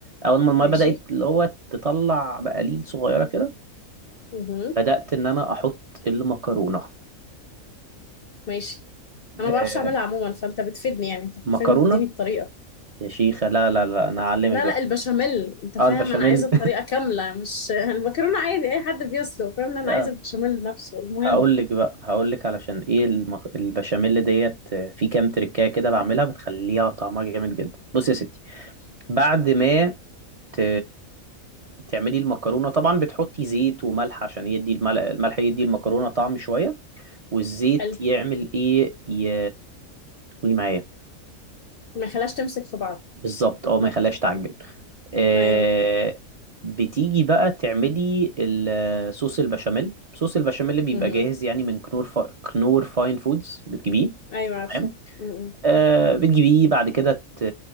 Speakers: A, on the right (about 45°); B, on the left (about 60°).
A: اول ما المية
B: ماشي
A: بدأت اللي هو تطلع بقليل صغيرة كده
B: امم
A: بدأت ان انا احط المكرونة
B: ماشي انا
A: آه،
B: ما بعرفش اعملها عموما فانت بتفيدني يعني انت
A: مكرونة
B: فاهم بتديني الطريقه
A: يا شيخة لا لا لا انا هعلمك
B: لا
A: بقى
B: لا البشاميل انت
A: اه
B: فاهم
A: البشاميل
B: انا عايزه الطريقه كامله مش <laughs> المكرونه عادي اي حد بيسلق فاهم انا
A: <laughs>
B: عايزه البشاميل نفسه المهم
A: هقول لك بقى هقول لك علشان ايه المك... البشاميل ديت آه، في كام تريكايه كده بعملها بتخليها طعمها جامد جدا بص يا ستي بعد ما ت... تعملي المكرونه طبعا بتحطي زيت وملح عشان يدي المل... الملح يدي المكرونه طعم شويه والزيت
B: حلو
A: يعمل ايه ي... قولي معايا
B: ما يخليهاش تمسك في بعض
A: بالظبط اه ما يخليهاش تعجن آه
B: ايوه
A: بتيجي بقى تعملي الصوص البشاميل صوص البشاميل اللي بيبقى
B: امم
A: جاهز يعني من كنور فا... كنور فاين فودز بتجيبيه
B: ايوه عارفه
A: تمام
B: امم
A: آه بتجيبيه بعد كده ت...